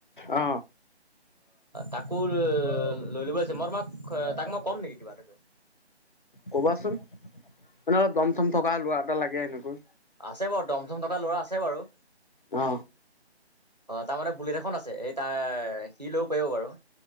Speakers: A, on the left (about 50°); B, on the right (about 40°).
A: অ
B: তাকো লৈ ল'বছে, মই মাক তাক মই কম নেকি কিবা এটাকৈ?
A: কবাচোন মানে অলপ দম চম থকা ল'ৰা এটা লাগে এনেকুৱৈ।
B: আছে বাৰু, দমথম থকা ল'ৰা আছে বাৰু। অ,
A: অ
B: তাৰ মানে বুলেট এখন আছে এই তাৰ সি লৈও পাৰিব বাৰু।